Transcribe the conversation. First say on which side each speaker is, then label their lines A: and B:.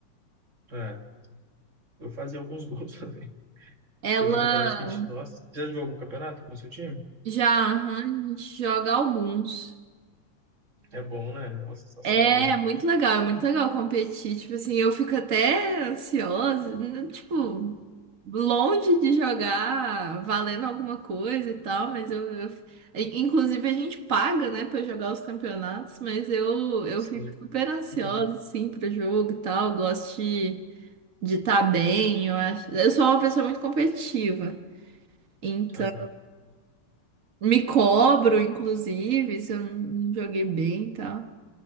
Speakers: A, on the right (about 30°); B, on the right (about 85°).
A: É, eu fazia alguns gols <laughs>
B: Ela
A: Teve um campeonato que a gente. Nossa, você já jogou algum campeonato com o seu time?
B: já aham, a gente joga alguns.
A: É bom, né? É uma sensação
B: É
A: legal.
B: muito legal, é muito legal competir. Tipo assim, eu fico até ansiosa, né, tipo, longe de jogar valendo alguma coisa e tal, mas eu, eu- Inclusive a gente paga, né, pra jogar os campeonatos, mas eu, eu fico
A: Sim. <laughs>
B: super ansiosa,
A: Uhum.
B: assim, pro jogo e tal. Gosto de estar bem, eu acho. Eu sou uma pessoa muito competitiva, então
A: Aham.
B: me cobro, inclusive, se eu não não joguei bem e tal.